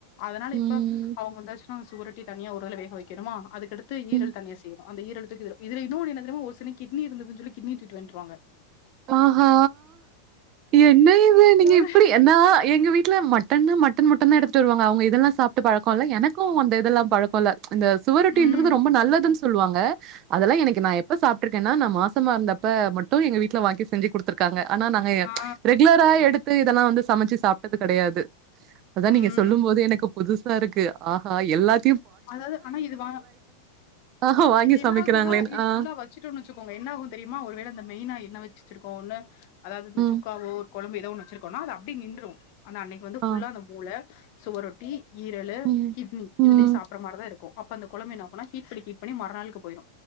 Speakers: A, on the left; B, on the right.
A: அதனால
B: ம்
A: இப்ப அவங்க வந்தாச்சுன்னா சுவரோட்டி தண்ணியா ஒருஇதுல வேக வைக்கணுமா அதுக்கடுத்து ஈரல்
B: ம்
A: தண்ணியா செய்யுனு அந்த ஈரல தூக்கி இதுல இன்னொன்னு என்ன தெரிம ஒரு சின்ன கிட்னி இருந்துதுனு சொல்லி கிட்னி தூட்று வந்துருவாங்க
B: ஆஹஹா என்ன இது நீங்க
A: அதாவது
B: இப்பிடி ஏன்னா எங்க வீட்ல மட்டன்னா மட்டன் மட்டு தா எடுத்துட்டு வருவாங்க அவுங்க இதெல்லா சாப்டு பழக்கோ இல்ல எனக்கோ அந்த இதெல்லா பழக்கோ இல்ல அந்த சுவரொட்டன்றது
A: ம்
B: ரொம்ப நல்லதுன்ன சொ சொல்வாங்க அதெல்லா எனக்கு நா எப்ப சாப்ட்ருக்கேனா நா மாசமா இருந்தப்ப மட்டோ எங்க வீட் வீட்ல வாங்கி செஞ்சு குடுத்துருக்காங்க ஆனா நாங்க
A: ஆ
B: ரெகுலர எடுத்து இதெல்லா வந்து சமைச்சு சாப்டது கெடையாது அதா
A: ம்
B: நீங்க சொல்லும் போதே எனக்கு புதுசா இருக்கு ஆஹா எல்லாத்
A: அதாவது ஆனா இது வா
B: ஆஹா வாங்கி
A: இது என்ன
B: சமைக்கிறாங்களேன்னு
A: ஆகுனா இது
B: ஆ
A: புல்லா வச்சுடோன்னு வச்சுக்கோங்க என்ன ஆகு தெரியுமா ஒரு வேள அந்த மெய்னா என்ன வச் சுருக்கோனு அதாவது இந்த
B: ம்
A: சுக்காவோ ஒரு குழம்பு ஏதோ வச்சிருக்கோனா அது அப்டியே நின்று ஆனா அன்னைக்கு வந்து ஃபுல்லா
B: ஆ
A: அந்த மூள சுவரொட்டி ஈரலு
B: ம்
A: கிட்னி இதுலே
B: ம்
A: சாப் தா இருக்கு அப்ப அந்த குழம்பு என்ன ஆகும்னா ஹீட் பண்ணி ஹீட் பண்ணி மறநாளுக்கு போயிரு